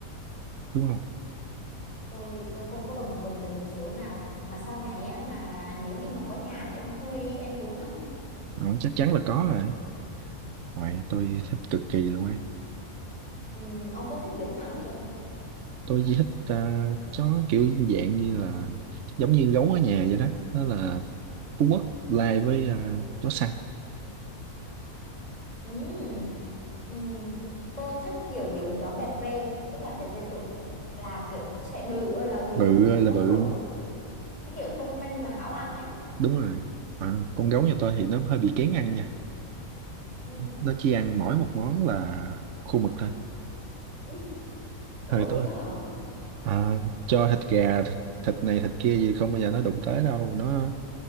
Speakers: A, on the right; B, on the left.
A: đúng không
B: tôi tôi không có đồng đồng tình một xíu nào mà sau này á mà nếu như mà có nhà thì ông có nuôi em cún không
A: Đó, chắc chắn là có rồi Rồi, tôi thích cực kỳ luôn ấy
B: ừ, ông có thích giống nào chưa
A: tôi chỉ thích ờ, chó kiểu dạng như là giống như gấu ở nhà vậy đó nó là Phú Quốc lai với ờ, chó săn
B: ừ ừ tôi thích kiểu giống chó bẹt rê tức là bẹt rê chuẩn là kiểu sẽ bự ơi là bự
A: bự
B: mà
A: ơi
B: nó
A: là bự
B: cũng cái kiểu thông minh mà háo ăn á
A: đúng rồi à, con gấu nhà tôi thì nó hơi bị kén ăn nha
B: ừ
A: nó chỉ ăn mỗi một món là khô mực thôi
B: <laughs> ủa
A: hơi tôi
B: thì có hả
A: à, cho thịt gà thịt, thịt này thịt kia gì không bao giờ nó đụng tới đâu nó